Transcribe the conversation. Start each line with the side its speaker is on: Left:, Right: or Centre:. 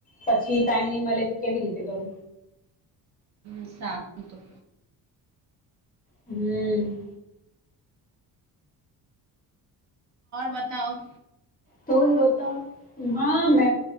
Left: પછી ટાઈમ નહી મળે તો કેવી રીતે કરુ.
Right: સા તો
Left: હમ્મ
Right: બતાવ
Left: તું બતા હા મે